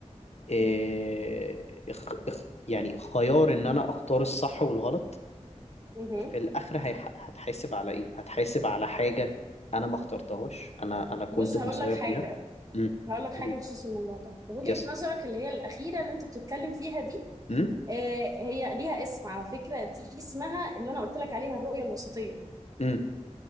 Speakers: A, on the left; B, on the right.
A: آه، اخ اخ يعني خيار ان انا اختار الصح والغلط
B: اها
A: في الاخر هيح- هتحاسب على ايه هتحاسب على حاجة انا ما اخترتهاش انا انا كنت
B: بص
A: مسير
B: هقول لك حاجة
A: فيها امم
B: هقول لك حاجة
A: قولي
B: بخصوص الموضوع ده وجهة
A: يس
B: نظرك اللي هي الأخيرة اللي أنت بتتكلم فيها دي
A: امم
B: آه، هي ليها اسم على فكرة دي اسمها اللي أنا قلت لك عليها الرؤية الوسطية
A: امم